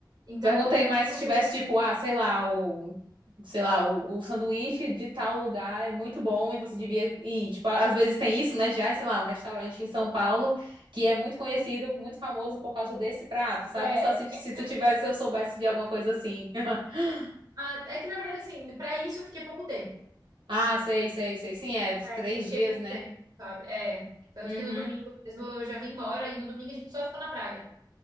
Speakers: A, on the right; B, on the right.
A: Então,
B: Perguntei mais
A: o que
B: se
A: você
B: tivesse, tipo, ah, sei lá, o, sei lá, o, o sanduíche de tal lugar é muito bom e você devia ir. Tipo, às vezes tem isso, né, de, ah, sei lá, um restaurante em São Paulo que é muito conhecido, muito famoso por causa desse prato, sabe?
A: é,
B: Só se, se tu tivesse, eu soubesse de alguma coisa assim. <laughs>
A: Ah, é que na verdade, assim, pra isso eu fiquei pouco tempo.
B: Ah, sei, sei, sei. Sim, é,
A: Pra
B: três
A: isso eu fiquei
B: dias,
A: pouco
B: né?
A: tempo, sabe? É. Tanto
B: Uhum.
A: que no domingo mesmo eu já vim embora e no domingo a gente só ficou na praia.